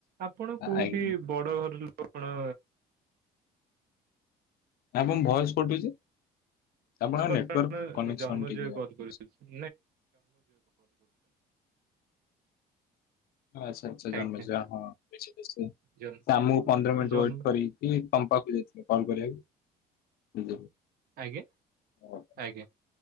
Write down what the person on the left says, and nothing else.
ଲାଗେନି। ଆଜ୍ଞା।
ଆପଣଙ୍କ ଭଏସ୍ କଟୁଛି। ଆପଣଙ୍କ
ନେଟୱାର୍କ
କନେକ୍ସନ
ଟିକେ
ଆଚ୍ଛା
ଆଚ୍ଛା-ଆଚ୍ଛା ଜନ୍ମଜୟ
ହଁ ସେ
ଆମକୁ ପନ୍ଦର ମିନିଟ୍
ୱେଟ୍ କରି ତମ୍ପାକୁ ଯାଇଥିଲେ କଲ୍ କରିବାକୁ।
ଓହୋ।